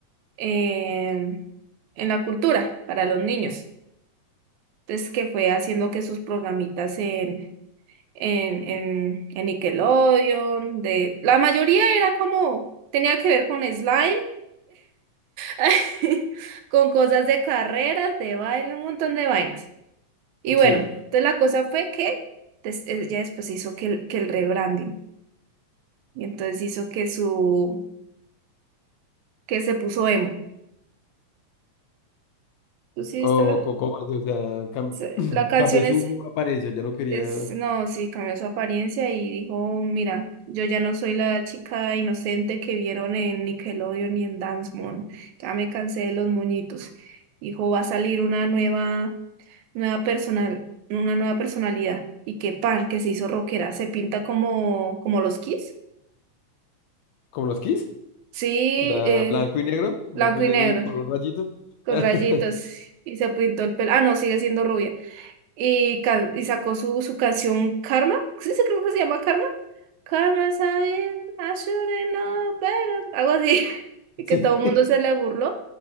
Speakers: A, on the right; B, on the left.
A: en, en la cultura para los niños. Entonces que fue haciendo que sus programitas en en, en, en Nickelodeon, de la mayoría era como, tenía que ver con slime, <laughs> con cosas de carreras, de baile, un montón de vainas. Y bueno,
B: Sí.
A: entonces la cosa fue que des- eh, ya después se hizo que el, que el rebranding, y entonces hizo que su, que se puso emo. ¿Tú sí viste
B: O
A: la,
B: Coco Base, o sea, cam-
A: se-
B: <clears throat>
A: la canción
B: cambió
A: es
B: su apariencia, ya no quería
A: Es, no, sí, cambió su apariencia y dijo, mira, yo ya no soy la chica inocente que vieron en Nickelodeon y en Dance Moon, ya me cansé de los moñitos. Dijo, va a salir una nueva, nueva personal, una nueva personalidad. Y que pan, que se hizo rockera, se pinta como, como los Kiss.
B: como los Kiss.
A: Sí,
B: O sea,
A: eh,
B: blanco y negro, blanco
A: blanco
B: y
A: y
B: negro
A: negro,
B: y color rayito.
A: con
B: <laughs>
A: rayitos, y se pintó el pelo. Ah, no, sigue siendo rubia. y, can- y sacó su, su canción Karma. Sí, sí, creo que se llama Karma. Karma, ¿sabes? I should've known better. Algo así. <laughs> Y
B: Sí,
A: que todo el mundo se le burló.